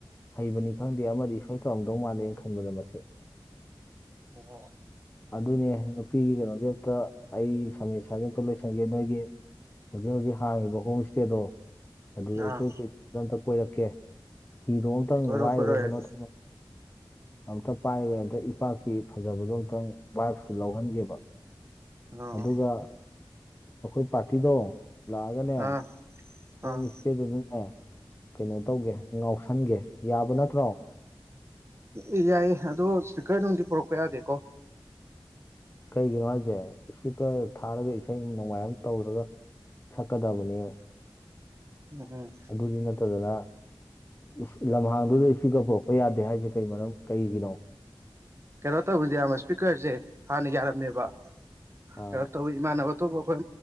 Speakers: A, on the left (about 25°); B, on the right (about 30°).
A: ꯍꯩꯕꯅꯤ ꯈꯪꯗꯦ ꯑꯃꯗꯤ ꯁꯣꯏ ꯇꯧꯔꯝꯗꯧ ꯃꯥꯜꯂꯦꯅ ꯈꯟꯕꯗ ꯃꯁꯦ
B: ꯑꯣ
A: ꯑꯗꯨꯅꯦ ꯅꯨꯄꯤꯒꯤ ꯀꯩꯅꯣꯁꯦ ꯑꯝꯛꯇ ꯑꯩ ꯁꯃꯁ꯭ꯁꯦ ꯑꯝꯛꯇ ꯂꯣꯏꯁꯟꯒꯦ ꯅꯣꯏꯒꯤ ꯍꯧꯖꯤꯛ ꯍꯧꯖꯤꯛ ꯍꯥꯡꯉꯤꯕ ꯍꯣꯝ ꯏꯁꯇꯦꯗꯣ ꯑꯗꯨꯗ
B: ꯑꯥ
A: ꯏꯀꯨꯏ ꯀꯨꯏꯗꯕꯗ ꯑꯝꯇ ꯀꯣꯏꯔꯛꯀꯦ ꯍꯤꯗꯣ ꯑꯨꯛꯇꯪ
B: ꯀꯣꯏꯔꯣ
A: ꯋꯥꯏꯔꯒ
B: ꯀꯣꯏꯔꯣ
A: ꯀꯩꯅꯣ
B: ꯌꯥꯏ
A: ꯊꯝꯃ ꯑꯝꯇ ꯄꯥꯏꯔꯒ ꯑꯝꯇ ꯏꯄꯥꯛꯀꯤ ꯐꯖꯕꯗꯣ ꯑꯨꯛꯇꯪ ꯋꯥꯏꯞꯇ ꯂꯧꯍꯟꯒꯦꯕ
B: ꯑꯥ
A: ꯑꯗꯨꯒ ꯑꯩꯈꯣꯏ ꯄꯥꯔꯇꯤꯗꯣ ꯂꯥꯛꯑꯒꯅꯦ
B: ꯑꯥ
A: ꯍꯣꯝ
B: ꯑꯥ
A: ꯏꯁꯇꯦꯗꯨꯗꯅꯦ ꯀꯩꯅꯣ ꯇꯧꯒꯦ ꯉꯥꯎꯁꯟꯒꯦ ꯌꯥꯕ ꯅꯠꯇ꯭ꯔꯣ
B: ꯑꯦ ꯌꯥꯏꯌꯦ ꯑꯗꯣ ꯏꯁꯄꯤꯀꯔ ꯅꯣꯡꯗꯤ ꯄꯨꯔꯛꯄ ꯌꯥꯗꯦꯀꯣ
A: ꯀꯩꯒꯤꯅꯣ ꯍꯥꯏꯁꯦ ꯏꯁꯄꯤꯀꯔ ꯊꯥꯔꯒ ꯏꯁꯩ ꯅꯣꯡꯃꯥꯏ ꯑꯃ ꯇꯧꯔꯒ ꯁꯛꯀꯗꯕꯅꯦ
B: ꯎꯝ ꯎꯝ
A: ꯑꯗꯨꯗꯤ ꯅꯠꯇꯗꯅ ꯢꯁ ꯂꯝꯍꯥꯡꯗꯨꯗ ꯏꯁꯄꯤꯀꯔ ꯄꯨꯔꯛꯄ ꯌꯥꯗꯦ ꯍꯥꯏꯔꯤꯁꯦ ꯀꯩ ꯃꯔꯝ ꯀꯩꯒꯤꯅꯣ
B: ꯀꯩꯅꯣ ꯇꯧꯢ ꯌꯥꯝꯕ ꯏꯁꯄꯤꯀꯔꯁꯦ ꯍꯥꯟꯅ ꯌꯥꯔꯝꯃꯦꯕ
A: ꯑꯥ
B: ꯀꯩꯅꯣ ꯇꯧꯢ ꯏꯃꯥꯟꯅꯕ ꯑꯇꯣꯞꯄ ꯑꯩꯈꯣꯏ